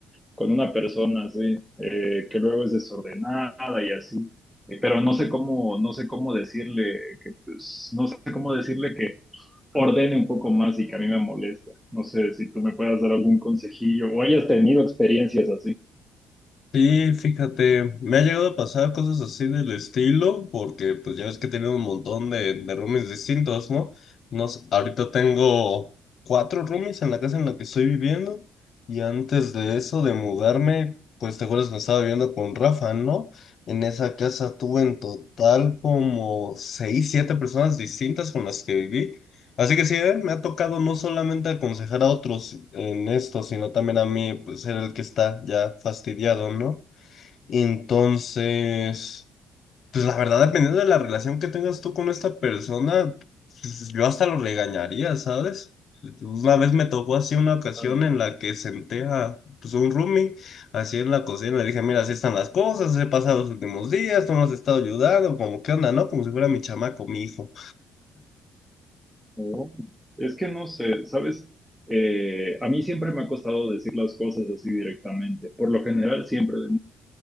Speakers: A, in the centre; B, on the left.
A: con una persona así, eh, que luego es desordenada y así. Eh, pero no sé cómo, no sé cómo decirle que, pues, no sé cómo decirle ordene un poco más y que a mí me molesta. No sé si tú me puedas dar algún consejillo o hayas tenido experiencias así.
B: Sí, fíjate, me ha llegado a pasar cosas así del estilo, porque pues ya ves que he tenido un montón de, de roomies distintos, ¿no? Nos, ahorita tengo cuatro roomies en la casa en la que estoy viviendo, y antes de eso, de mudarme, pues te acuerdas que estaba viviendo con Rafa, ¿no? En esa casa tuve en total como seis, siete personas distintas con las que viví, Así que sí, eh, me ha tocado no solamente aconsejar a otros en esto, sino también a mí, pues ser el que está ya fastidiado, ¿no? Entonces, pues la verdad, dependiendo de la relación que tengas tú con esta persona, pues, yo hasta lo regañaría, ¿sabes? Una vez me tocó así una ocasión
A: Ah,
B: en la que senté a pues, un roomie así en la cocina, le dije, mira, así están las cosas, he pasado los últimos días, tú no has estado ayudando, como qué onda, ¿no? Como si fuera mi chamaco, mi hijo.
A: no. Es que no sé, ¿sabes? Eh, a mí siempre me ha costado decir las cosas así directamente. Por lo general, siempre de